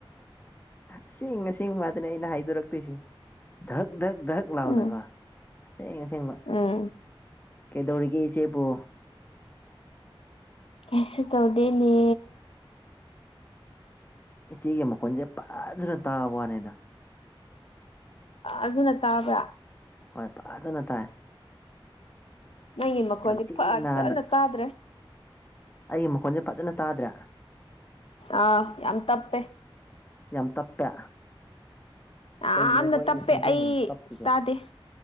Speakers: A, on the left; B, on the left.
A: ꯑꯁꯦꯡ ꯑꯁꯦꯡ ꯃꯥꯗꯅꯦ ꯑꯩꯅ ꯍꯥꯏꯗꯣꯔꯛꯇꯣꯏꯁꯦ ꯙꯛ ꯙꯛ ꯙꯛ ꯂꯥꯎꯅꯀꯣ
B: ꯎꯝ
A: ꯑꯁꯦꯡ ꯑꯁꯦꯡ ꯂ
B: ꯎꯝ
A: ꯀꯩꯗꯧꯔꯤ ꯀꯦ ꯆ ꯆꯦ ꯄꯣ
B: ꯀꯩꯁꯨ ꯇꯧꯗꯦꯅꯦ
A: ꯏꯆꯦꯒꯤ ꯃꯈꯣꯟꯁꯦ ꯐꯖꯅ ꯇꯥꯕ ꯋꯥꯅꯦꯗ
B: ꯑꯗꯨꯅ ꯇꯥꯕ꯭ꯔꯥ
A: ꯣꯏ ꯄꯥꯗꯅ ꯇꯥꯏ
B: ꯅꯪꯒꯤ ꯃꯈꯣꯟꯗꯤ
A: ꯌꯥꯝ ꯊꯤ
B: ꯐꯖꯅ
A: ꯅꯥꯟꯅ
B: ꯇꯥꯗ꯭ꯔꯦ
A: ꯑꯩꯒꯤ ꯃꯈꯣꯟꯁꯦ ꯐꯖꯅ ꯇꯥꯗ꯭ꯔꯦ
B: ꯑꯥ ꯌꯥꯝ ꯇꯄꯦ
A: ꯌꯥꯝ ꯇꯞꯄꯦ
B: ꯌꯥꯝꯅ
A: ꯀꯩꯒꯤꯔꯦꯀꯣ ꯑꯩ
B: ꯇꯞꯄꯦ
A: ꯈꯣꯟꯖꯦꯜ ꯑꯗꯨꯝ ꯇꯞꯄꯤꯁꯦ
B: ꯇꯥꯗꯦ